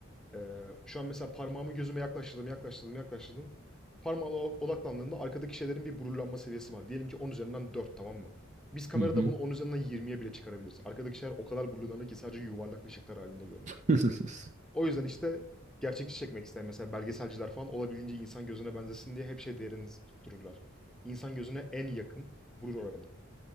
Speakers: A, in the centre; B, on the right.
A: eee, şu an mesela parmağımı gözüme yaklaştırdım, yaklaştırdım, yaklaştırdım. Parmağıma odaklandığımda arkadaki şeylerin bir blurlanma seviyesi var. Diyelim ki 10 üzerinden 4 tamam mı? Biz kamerada
B: Hı hı.
A: bunu 10 üzerinden yirmiye bile çıkarabiliriz. Arkadaki şeyler o kadar blurlanır ki sadece yuvarlak ışıklar halinde görünür.
B: <laughs>
A: O yüzden işte gerçekçi çekmek isteyen mesela belgeselciler falan olabildiğince insan gözüne benzesin diye hep şey değerini tuttururlar. İnsan gözüne en yakın burur oranı.